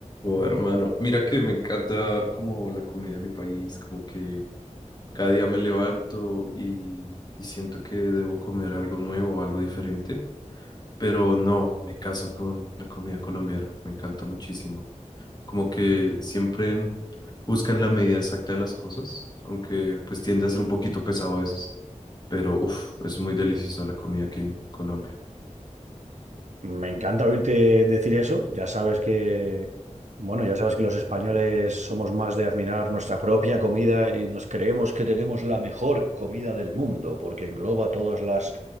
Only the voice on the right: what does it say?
Me encanta oírte decir eso. Ya sabes que, bueno, ya sabes que los españoles somos más de admirar nuestra propia comida y nos creemos que tenemos la mejor comida del mundo, porque engloba todas las